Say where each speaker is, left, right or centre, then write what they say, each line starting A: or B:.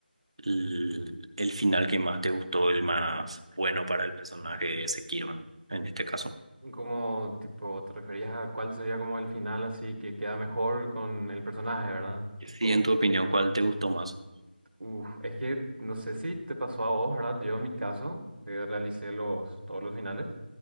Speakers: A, on the right; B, on the right.
A: el, el final que más te gustó, el más bueno para el personaje de Sekiro en, en este caso?
B: ¿Cómo, tipo, te referías a cuál sería como el final así que queda mejor con el personaje, ¿verdad? Tipo...
A: Sí, en tu opinión, ¿cuál te gustó más?
B: Uf, es que no sé si te pasó a vos, ¿verdad? Yo en mi caso eh, realicé los, todos los finales